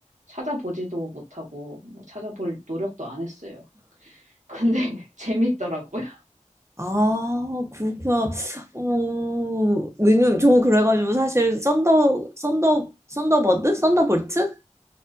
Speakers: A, on the right; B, on the right.
A: 찾아보지도 못하고 뭐 찾아볼 노력도 안 했어요. 근데 <laughs> 재밌더라고요.
B: 아, 그렇구나. 어, 왜냐면 저 그래가지고 사실 썬더, 썬더, 썬더버드? 썬더볼트?